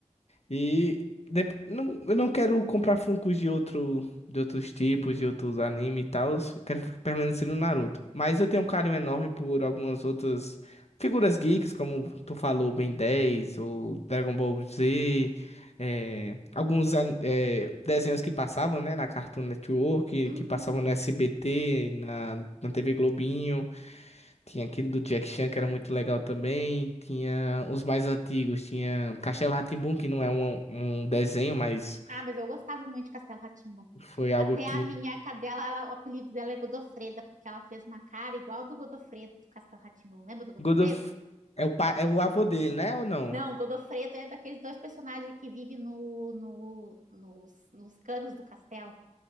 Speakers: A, on the left; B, on the right.
A: E dep- não, eu não quero comprar Funkos de outro, de outros tipos, de outros anime e tal. Quero fi- permanecer no Naruto. Mas eu tenho um carinho enorme por algumas outras figuras geeks, como tu falou, Ben dez ou Dragon Ball Z. eh, alguns an- eh, desenhos que passavam, né, na Cartoon Network,
B: Uhum.
A: que passavam no SBT, na, na TV Globinho. Tinha aquele do Jack Chan, que era muito legal também. Tinha os mais antigos. Tinha Castelo rá que não é um, um desenho, mas
B: Ah, mas eu gostava muito de Castelo rá tim
A: foi algo
B: Até
A: que.
B: a minha cadela, ela- o apelido dela é Godofreda, porque ela fez uma cara igual do Godofredo, do Castelo rá tim Lembra do Godofredo?
A: God of... é o, pa... é o avô dele, né? Ou não?
B: Não, o Godofredo é daqueles dois personagens que vivem no, no- nos, nos canos do castelo,